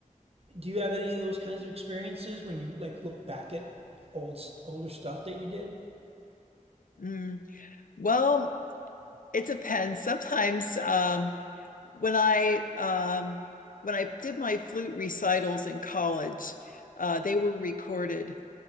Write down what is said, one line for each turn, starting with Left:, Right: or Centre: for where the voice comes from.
Right: do you have any of those kinds of experiences when you like look back at old older stuff that you did?
Left: Mm. Well, It depends. Sometimes um, when I um, when I did my flute recitals in college, uh, they were recorded,